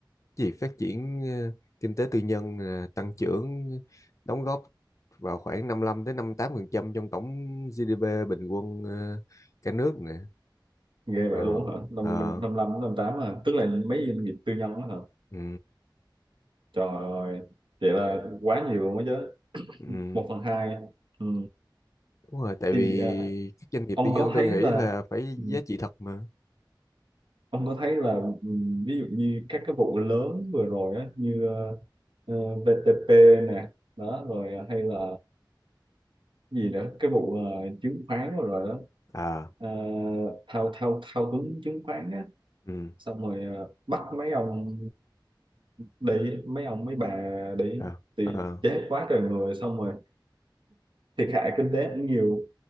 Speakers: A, on the left; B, on the right.
A: gì phát triển ờ, kinh tế tư nhân ờ, tăng trưởng đóng góp vào khoảng 55 đến 58% trong tổng GDP bình quân ờ, cả nước nè.
B: ghê
A: Ờ
B: vậy luôn hả năm
A: ờ
B: năm năm năm năm tám hả tức là mấy doanh nghiệp tư nhân đó hả
A: ừ,
B: trời ơi vậy là quá nhiều luôn đó chứ
A: ừ.
B: một phần hai ừ.
A: Đúng rồi tại
B: thì
A: vì
B: ờ,
A: các doanh nghiệp
B: ông
A: tư nhân
B: có
A: tôi
B: thấy
A: nghĩ
B: là
A: là phải
B: ừ,
A: giá trị thật mà.
B: ông có thấy là ừ, ví dụ như các cái vụ lớn vừa rồi á như ờ, ờ, VTP nè đó rồi ờ, hay là gì nữa cái vụ ờ, chứng khoán rồi rồi đó
A: À
B: Ờ, thao thao thao túng chứng khoán á
A: ừ
B: xong rồi ờ, bắt mấy ông để mấy ông mấy bà để
A: à
B: thì
A: à
B: chết quá trời người xong rồi thiệt hại kinh tế cũng nhiều